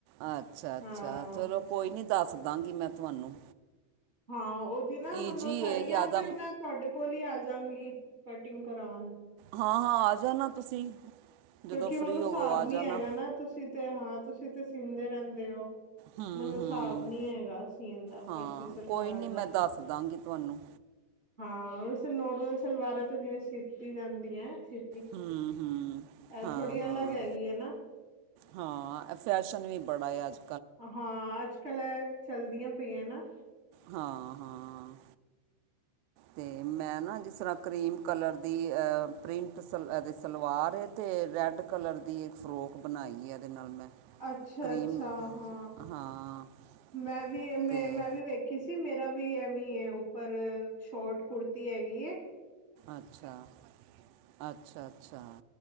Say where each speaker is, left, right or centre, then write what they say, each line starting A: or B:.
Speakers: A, on the right; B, on the right.
A: ਅੱਛਾ-ਅੱਛਾ,
B: ਹਾਂ।
A: ਚਲੋ ਕੋਈ ਨੀ ਦੱਸ ਦਾਂਗੀ ਮੈਂ ਤੁਹਾਨੂੰ।
B: ਹਾਂ, ਉਹਦੀ ਨਾ
A: ਈਜੀ
B: ਮੈਨੂੰ ਸਰੀ
A: ਏ ਜ਼ਿਆਦਾ
B: ਜਾਂ ਫਿਰ ਮੈਂ ਤੁਹਾਡੇ ਕੋਲ ਹੀ ਆ ਜਾਗੀ ਕਟਿੰਗ ਕਰਾਉਣ
A: ਹਾਂ-ਹਾਂ, ਆ ਜਾਣਾ ਤੁਸੀਂ। ਜਦੋਂ
B: ਕਿਉਂਕਿ
A: ਫ੍ਰਰੀ
B: ਮੈਨੂੰ ਹਿਸਾਬ
A: ਹੋਵੋ ਆ
B: ਨੀ
A: ਜਾਣਾ
B: ਹੈਗਾ ਨਾ ਤੁਸੀਂ ਤੇ ਹਾਂ ਤੁਸੀਂ ਤੇ ਸੀਂਦੇ ਰਹਿੰਦੇ ਹੋ।
A: ਹੂੰ
B: ਮੈਨੂੰ ਹਿਸਾਬ
A: ਹੂੰ
B: ਨੀ ਹੈਗਾ ਸੀਨ ਦਾ
A: ਹਾਂ
B: ਫਰਸ਼ੀ ਸਲਵਾਰ
A: ਕੋਈ ਨਹੀਂ ਮੈਂ
B: ਦਾ।
A: ਦੱਸ ਦਾਂਗੀ ਤੁਹਾਨੂੰ
B: ਹਾਂ, ਨੋਰਮਲ ਸਲਵਾਰਾਂ ਤੇ ਜਿਵੇਂ ਸੀਤੀ ਜਾਂਦੀਆਂ, ਸੀ
A: ਹੂੰ -ਹੂੰ।
B: ਇਹ
A: ਹਾਂ
B: ਥੋੜ੍ਹੀ
A: ਹਾਂ
B: ਅਲੱਗ ਹੈਗੀ ਹੈ ਨਾ।
A: ਹਾਂ, ਇਹ ਫੈਸ਼ਨ ਵੀ ਬੜਾ ਹੈ ਅਜ
B: ਹਾਂ, ਅੱਜ-ਕੱਲ੍ਹ ਇਹ ਚੱਲਦੀਆਂ ਪਈਆਂ ਨਾ।
A: ਹਾਂ-ਹਾਂ, ਤੇ ਮੈਂ ਨਾ ਜਿਸ ਤਰ੍ਹਾਂ ਕਰੀਮ ਕਲਰ ਦੀ ਪ੍ਰਿੰਟ ਸਲ ਇਦੇ ਚੋ ਸਲਵਾਰ ਏ ਤੇ ਰੈਡ ਕਲਰ ਦੀ ਇੱਕ ਫਰੋਕ ਬਣਾਈ ਹੈ ਇਹਦੇ ਨਾਲ ਮੈਂ।
B: ਅੱਛਾ-ਅੱਛਾ,
A: ਕਰੀਮ
B: ਹਾਂ
A: ਹਾਂ
B: ਮੈਂ ਵੀ
A: ਅਤੇ
B: ਮੈਂ ਮੈਂ ਵੀ ਵੇਖ ਕਿਸੀ ਮੇਰਾ ਵੀ ਐਵੇਂ ਹੈ ਉੱਪਰ ਸ਼ੋਟ ਕੁਰਤੀ ਹੈਗੀ ਏ।
A: ਅੱਛਾ-ਅੱਛਾ-ਅੱਛਾ।